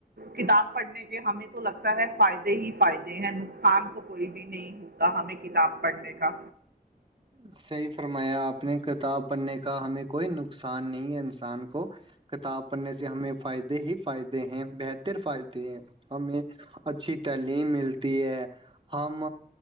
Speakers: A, on the right; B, on the right.
A: کتاب پڑھنے کے ہمیں تو لگتا ہے فائدے ہی فائدے ہیں نقصان تو کوئی بھی نہیں ہوتا ہمیں کتاب پڑھنے کا
B: صحیح فرمایا اپنے کتاب پڑھنے کا ہمیں کوئی نقصان نہیں ہے انسان کو کتاب پڑھنے سے ہمیں فائدے ہی فائدے ہیں بہتر فائدے ہیں ہمیں اچھی تعلیم ملتی ہے ہم